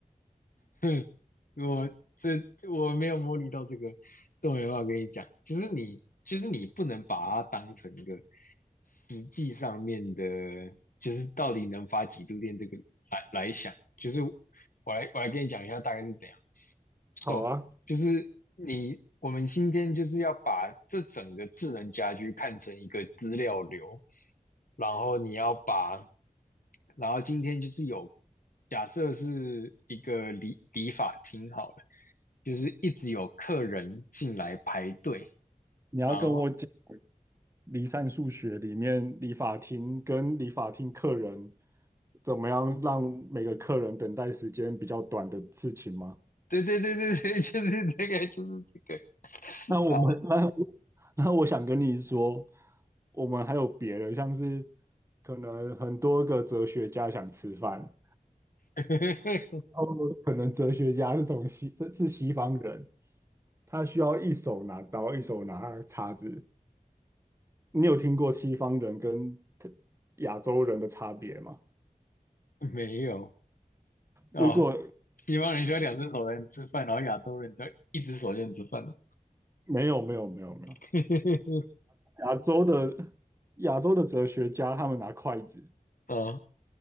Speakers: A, on the left; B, on the right.
A: <laughs> 哼，我这我没有模拟到这个，这我没办法跟你讲。就是你，就是你不能把它当成一个实际上面的，就是到底能发几度电这个来来想。就是我来我来跟你讲一下大概是怎样。So，
B: 好啊，
A: 就是你，我们今天就是要把这整个智能家居看成一个资料流，然后你要把，然后今天就是有，假设是一个理理发厅好了，就是一直有客人进来排队，
B: 你要跟我讲
A: 然后
B: 离散数学里面理发厅跟理发厅客人怎么样让每个客人等待时间比较短的事情吗？
A: 对对对对对，<laughs> 就是这个就是这个，
B: 那我们
A: 好，
B: <laughs> 那我那我想跟你说，我们还有别的，像是可能很多个哲学家想吃饭，
A: <laughs>
B: 哦，们可能哲学家是从西，这是西方人，他需要一手拿刀，一手拿叉子。你有听过西方人跟特亚洲人的差别吗？
A: 没有哦，
B: 如果
A: 西方人需要两只手才能吃饭，然后亚洲人只要一只手就能吃饭了，
B: 没有，没有，没有，没有。
A: <laughs>
B: 亚洲的亚洲的哲学家，他们拿筷子，
A: 嗯。